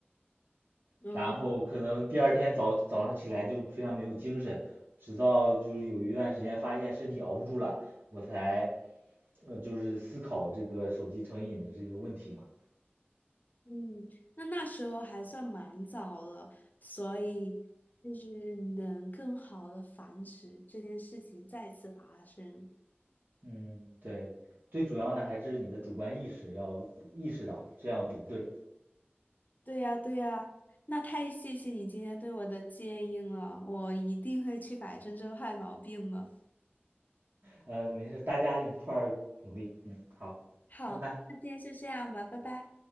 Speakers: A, on the left; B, on the right.
A: 嗯。
B: 然后可能第二天早早上起来就非常没有精神，直到就是有一段时间发现身体熬不住了，我才。呃，就是思考这个手机成瘾的这个问题嘛。
A: 嗯，那那时候还算蛮早了，所以就是能更好的防止这件事情再次发生。
B: 嗯，对，最主要的还是你的主观意识要意识到这样不对。
A: 对呀，对呀，那太谢谢你今天对我的建议了，我一定会去改正这坏毛病的。
B: 呃，没事，大家一块儿努力。嗯，好，
A: 好，
B: 拜拜。
A: 那今天就这样吧，拜拜。